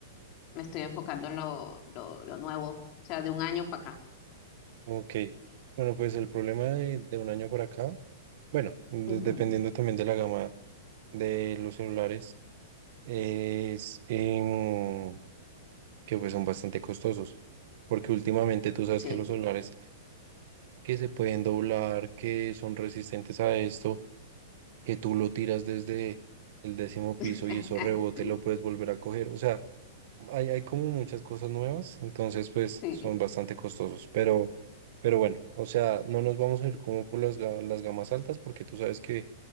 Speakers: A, on the left; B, on the right.
A: me estoy enfocando en lo, lo, lo nuevo, o sea, de un año para acá.
B: Ok. Bueno, pues el problema de, de un año para acá, bueno, de-
A: Ujú,
B: dependiendo
A: ujú,
B: también de la gama de los celulares, es em, que pues son bastante costosos. Porque últimamente tú sabes
A: sí.
B: que los celulares que se pueden doblar, que son resistentes a esto, que tú lo tiras desde el décimo piso
A: <laughs>
B: y eso rebote, lo puedes volver a coger. O sea, hay, hay como muchas cosas nuevas, entonces pues
A: Sí.
B: son bastante costosos, pero, pero bueno, o sea, no nos vamos a ir como por las, ga- las gamas altas porque tú sabes que